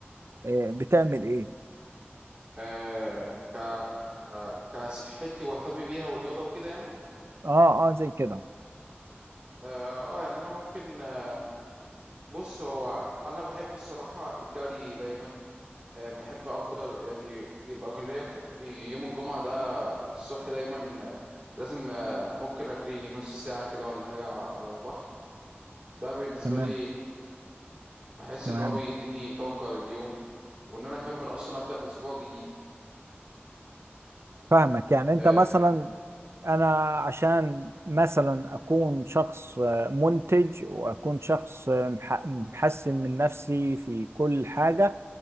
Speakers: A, on the right (about 85°); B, on the right (about 35°).
A: آه، بتعمل ايه
B: آه ك كصحتي واهتم بيها والرياضه وكده يعني
A: اه اه زي كده
B: اه آه، يعني انا ممكن آه بص هو انا بحب الصراحه الجري دايما آه بحب افضل يعني يبقى كان ليا كم- يوم الجمعه ده الصبح دايما آه، لازم آه ممكن اجري نص ساعه كده ولا حاجه على البحر ده بالنسبه
A: تمام
B: لي بحس
A: تمام
B: ان هو بيديني طاقه لليوم وان انا اكمل اصلا ابدا اسبوع جديد
A: فاهمك يعني انت
B: آه
A: مثلا انا عشان مثلا اكون شخص آه، منتج واكون شخص آه، مح- محسن من نفسي في كل حاجة